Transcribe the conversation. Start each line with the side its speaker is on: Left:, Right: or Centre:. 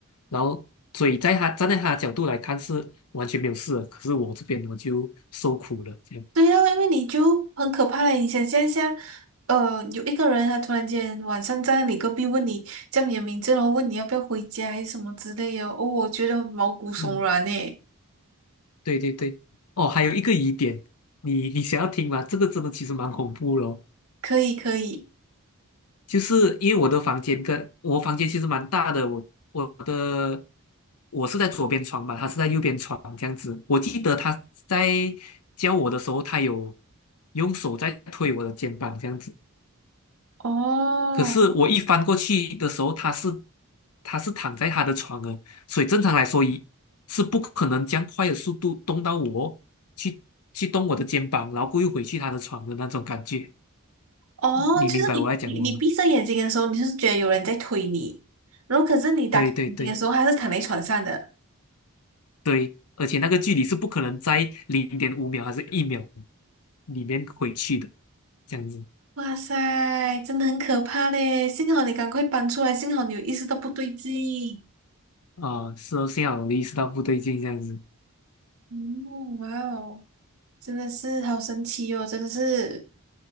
Left: 然后所以在他站在他的角度来看是完全没有事的可是我这边我就受苦了这样。
Right: 对啊，因为你就很可怕嘞，你想象一下，呃，有一个人他突然间晚上在你隔壁问你叫你的名字，然后问你要不要回家还是什么之类的，哦，我觉得毛骨悚然诶。
Left: 嗯，对对对，哦，还有一个疑点，你你想要听吗？这个真的其实蛮恐怖的哦
Right: 可以可以，
Left: 就是因为我的房间跟我房间其实蛮大的，我我的我是在左边床嘛，他是在右边床这样子。我记得他在教我的时候，他有用手在推我的肩膀这样子。
Right: 哦，
Left: 可是我一翻过去的时候，他是他是躺在他的床了，所以正常来说一是不可能将快的速度动到我去去动我的肩膀，然后过又回去他的床的那种感觉。
Right: 哦，
Left: 你明白我在讲我吗？
Right: 就是你你你闭上眼睛的时候，你就是觉得有人在推你，然后可是你打开眼睛的时候，
Left: 对对对。
Right: 还是躺在床上的。
Left: 对，而且那个距离是不可能在零点五秒还是一秒里面回去的，这样子
Right: 哇塞，真的很可怕嘞！幸好你赶快搬出来，幸好你有意识到不对劲。
Left: 啊，是哦，幸好我意识到不对劲，这样子，
Right: 嗯，哇哦，真的是好神奇哦，真的是